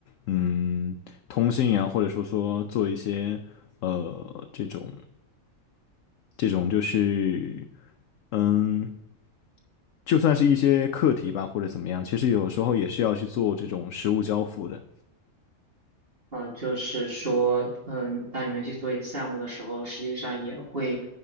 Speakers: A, on the left; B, on the right.
A: 嗯通信啊，或者说说做一些呃这种这种就是嗯，就算是一些课题吧，或者怎么样，其实有时候也是要去做这种实物交付的。
B: 呃，就是说，嗯，当你们去做一些项目的时候，实际上也会